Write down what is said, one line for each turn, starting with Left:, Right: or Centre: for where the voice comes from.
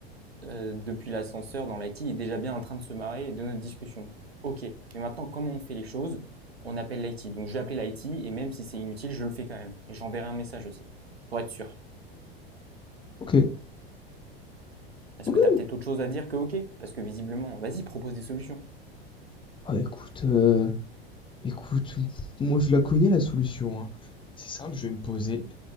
Right: euh, depuis l'ascenseur dans l'IT est déjà bien en train de se marrer de notre discussion. Ok, mais maintenant, comment on fait les choses On appelle l'IT. Donc je vais appeler l'IT et même si c'est inutile, je le fais quand même. Et j'enverrai un message aussi, pour être sûr.
Left: Ok.
Right: Parce
Left: Ok.
Right: que t'as peut-être autre chose à dire que ok Parce que visiblement, vas-y, propose des solutions.
Left: Ah, écoute. euh, Écoute, moi je la connais la solution, hein. C'est simple, je vais me poser,